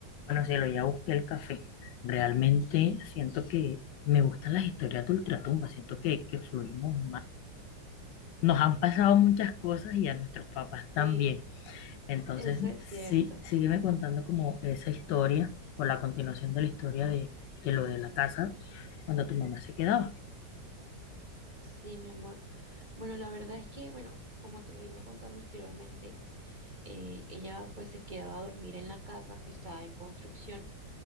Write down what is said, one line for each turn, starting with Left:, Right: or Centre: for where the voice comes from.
Left: Bueno, cielo, ya busqué el café. Realmente siento que me gustan las historias de Ultratumba, siento que, que fluimos más. Nos han pasado muchas cosas y a nuestros papás
Right: Sí,
Left: también. Entonces,
Right: eso es cierto.
Left: sí, sígueme contando como esa historia o la continuación de la historia de, de lo de la casa cuando tu mamá se quedaba.
Right: Sí, mi amor. Bueno, la verdad es que, bueno, como te venía contando anteriormente, eh, ella pues se quedaba a dormir en la casa que estaba en construcción,